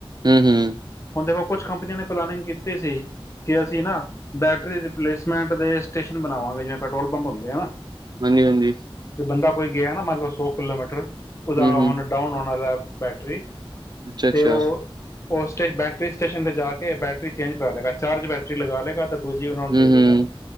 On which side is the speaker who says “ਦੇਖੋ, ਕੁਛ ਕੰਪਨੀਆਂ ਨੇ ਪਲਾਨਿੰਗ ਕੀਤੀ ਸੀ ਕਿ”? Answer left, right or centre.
Left